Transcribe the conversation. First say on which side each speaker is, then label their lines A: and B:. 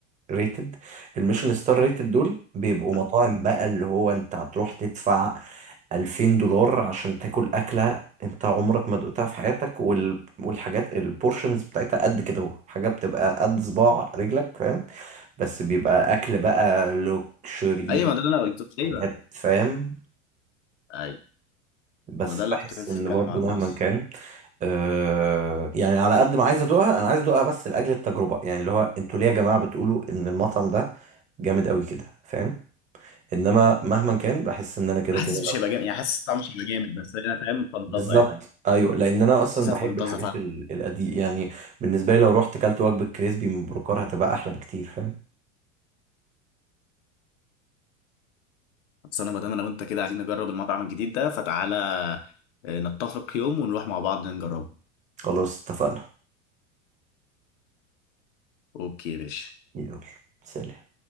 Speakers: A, on the right; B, on the left.
A: ريتد الميشلان ستار ريتد دول بيبقوا
B: م.
A: مطاعم بقى اللي هو انت هتروح تدفع 2000 دولار عشان تاكل أكلة انت عمرك ما دقتها في حياتك وال... والحاجات البورشنز بتاعتها قد كده اهو حاجة بتبقى قد صباع رجلك فاهم بس بيبقى أكل بقى لوكشري
B: ايوه
A: بقى
B: ما ده اللي انا قلت ايوه
A: حاجات فاهم
B: ايوه
A: بس
B: ما ده اللي
A: بحس
B: كنت لسه
A: ان
B: بتكلم
A: برضو
B: عنه
A: مهما
B: اصلا
A: كان آه يعني على قد ما عايز ادوقها انا عايز ادوقها بس لاجل التجربه يعني اللي هو انتوا ليه يا جماعه بتقولوا ان المطعم ده جامد قوي كده فاهم انما مهما كان بحس ان انا كده
B: حاسس
A: كده
B: مش
A: لو
B: هيبقى جامد يعني حاسس طعمه مش هيبقى جامد بس انا فاهم فانتازه
A: بالظبط
B: يعني
A: ايوه لان انا اصلا
B: حاسسها
A: بحب
B: فانتازه
A: الحاجات
B: فعلا
A: القديمه يعني بالنسبه لي لو رحت كلت وجبه كريسبي من بروكار هتبقى احلى بكتير فاهم
B: بس انا ما دام انا وانت كده عايزين نجرب المطعم الجديد ده فتعالى آه، نتفق يوم ونروح مع بعض نجربه
A: خلاص اتفقنا
B: اوكي يا باشا
A: يلا سلام